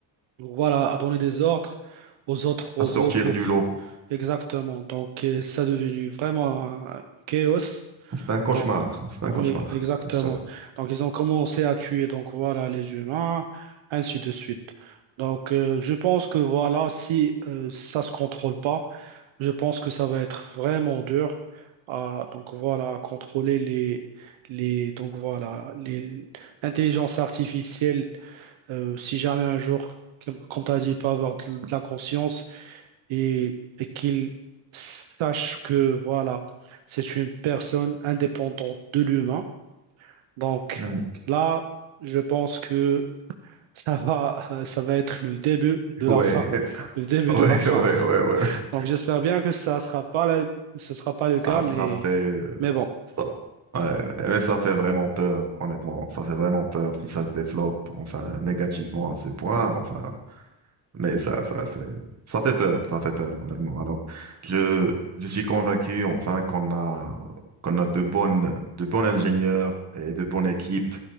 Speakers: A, on the right; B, on the right.
A: Donc voilà, à donner des ordres aux autres robots
B: À sortir
A: pour...
B: du lot.
A: Exactement. Donc euh, ça est devenu vraiment un un chaos.
B: C'est un cauchemar.
A: Donc
B: C'est
A: oui,
B: un cauchemar.
A: exactement.
B: Ça.
A: Donc ils ont commencé à tuer donc voilà les humains, ainsi de suite. Donc euh, je pense que voilà, si euh, ça se contrôle pas, je pense que ça va être vraiment dur à donc voilà à contrôler les les donc voilà les l'intelligence artificielle euh, si jamais un jour, comme, comme tu as dit, il peut avoir de, de la conscience et, et qu'il sache que voilà, c'est une personne indépendante de l'humain. Donc
B: Mm.
A: là, je pense que ça va, euh, ça va être le début de
B: Ouais.
A: la fin.
B: <laughs>
A: Le début
B: Ouais,
A: de la fin.
B: ouais, ouais, ouais,
A: Donc j'espère bien que ça sera pas la- ce sera pas le cas,
B: Ah,
A: mais,
B: ça fait... euh,
A: mais bon,
B: ça- Ouais, mais ça fait vraiment peur, honnêtement. Ça fait vraiment peur si ça se développe, enfin, négativement à ce point, enfin. Mais ça, ça, c'est... Ça fait peur, ça fait peur, honnêtement. Alors, je, je suis convaincu, enfin, qu'on a, qu'on a de bonnes, de bons ingénieurs et de bonnes équipes